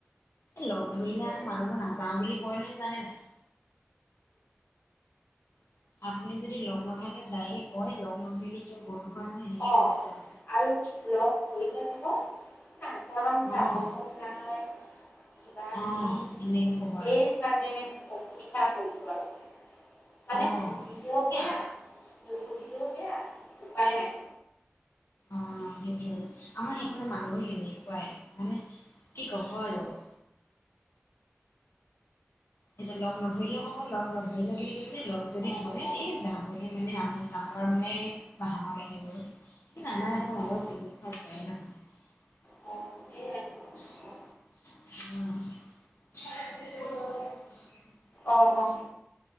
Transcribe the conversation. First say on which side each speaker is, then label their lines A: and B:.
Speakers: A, on the left (about 70°); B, on the left (about 50°).
A: লগ ধৰিলে আকৌ মানুহবোৰ নাযাও বুলি কলেহে জানে নাই? <unintelligible>
B: অ আৰু লগ কৰিলে ক'ব নাযাও যাব
A: অ',
B: মন নাই? কিবা
A: অ',
B: কিবি সেইকানে
A: সেনেকে ক'ব আৰু
B: অসুবিধা কৰিব আৰু। মানে
A: অ',
B: সুধিলেও
A: এয়া
B: বেয়া নুসুধিলেও বেয়া উপায় নাই।
A: অ' সেইটো আৰু আমাৰ সেইফালৰ মানুহ এনেকুৱাই মানে কি ক'ব আৰু। এতিয়া লগ নধৰিলেও ক'ব লগ নধৰিলে বুলি কানে লগ যদি
B: অ
A: ধৰে
B: অ
A: এই যাবলৈ মানে আমোক তামাক। ডৰ মানে বাহনক আহিব সেই নানা এৰণৰ
B: অ
A: মানুহৰ পিকনিক খোৱা যোৱাই নহয়।
B: অ',
A: <unintelligible>
B: সেয়াই
A: <unintelligible>
B: অ', অ',